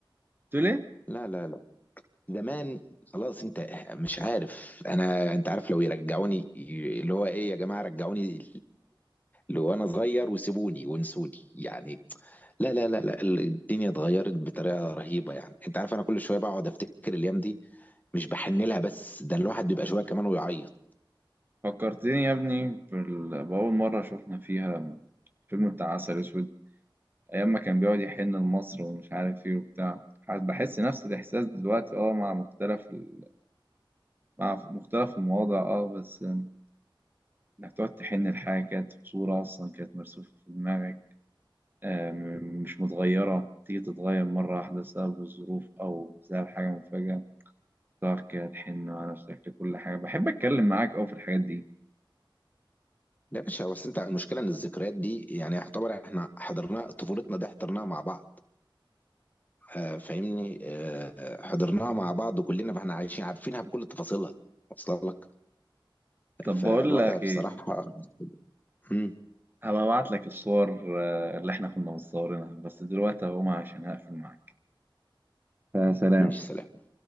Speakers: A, on the right; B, on the left.
A: تقول إيه؟
B: لا لا لا زمان خلاص أنت مش عارف أنا أنت عارف لو يرجعوني ي- اللي هو إيه يا جماعة رجعوني لو انا صغير وسيبوني وانسوني يعني لا لا لا لا الدنيا اتغيرت بطريقه رهيبه يعني انت عارف انا كل شويه بقعد افتكر الايام دي مش بحن لها بس ده الواحد بيبقى شويه كمان ويعيط
A: فكرتني يا ابني بال- بأول مرة شفنا فيها فيلم بتاع عسل أسود ايام ما كان بيقعد يحن لمصر ومش عارف ايه وبتاع ح- بحس نفس الاحساس دلوقتي اه مع مختلف ال... مع ف- مختلف المواضع اه بس آم، انك تقعد تحن لحاجه كانت في صوره اصلا كانت مرسومه في دماغك آم، مش متغيره تيجي تتغير مره واحده بسبب الظروف او بسبب حاجه مفاجاه تقعد كده تحن على نفسك لكل حاجه بحب اتكلم معاك اوي في الحاجات دي
B: لا يا باشا بس انت المشكله ان الذكريات دي يعني يعتبر احنا حضرنا طفولتنا دي حضرناها مع بعض آه فاهمني آه حضرناها مع بعض كلنا فاحنا عايشين عارفينها بكل تفاصيلها واصله لك
A: طب
B: فالوضع
A: بقول لك
B: بصراحه
A: ايه
B: مم،
A: هبقى ابعت لك الصور آه، اللي احنا كنا مصورينها بس دلوقتي هقوم عشان هقفل معاك فسلام
B: ماشي سلام